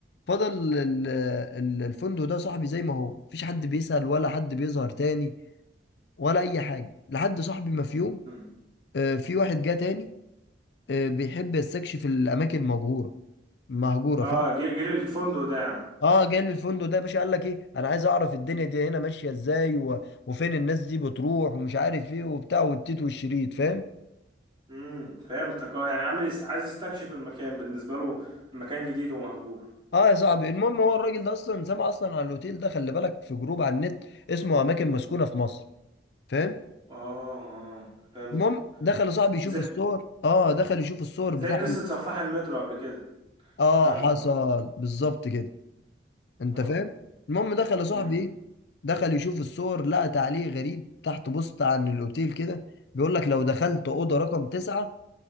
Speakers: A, on the left (about 65°); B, on the right (about 25°).
A: فضل ال- ال- الفندق ده صاحبي زي ما هو مفيش حد بيسأل ولا حد بيظهر تاني ولا اي حاجه لحد صاحبي ما في يوم
B: أمم.
A: آه، في واحد جه تاني آه، بيحب يستكشف الاماكن مهجوره مهجوره
B: اه
A: فاهم
B: جي- جيل الفندق ده يعني
A: اه جاي لي الفندق ده يا باشا قال لك ايه انا عايز اعرف الدنيا دي هنا ماشيه ازاي و... وفين الناس دي بتروح ومش عارف ايه وبتاع والتيت والشريط فاهم
B: امم فهمتك اه يعني عامل يس- عايز يستكشف المكان بالنسبه له المكان جديد ومهجور
A: اه يا صاحبي المهم هو الراجل ده اصلا سمع اصلا عن الاوتيل ده خلي بالك في جروب على النت اسمه اماكن مسكونه في مصر فاهم
B: اه اه فهمت
A: المهم دخل يا صاحبي يشوف
B: زي
A: الصور اه دخل يشوف الصور
B: زي
A: بتاع
B: قصه سفاح المترو قبل كده
A: اه
B: فاهمك
A: حصل
B: اه
A: بالظبط كده انت
B: اه
A: فاهم المهم دخل يا صاحبي
B: امم
A: ايه دخل يشوف الصور لقى تعليق غريب تحت بوست عن الاوتيل كده بيقول لك لو دخلت اوضه رقم تسعة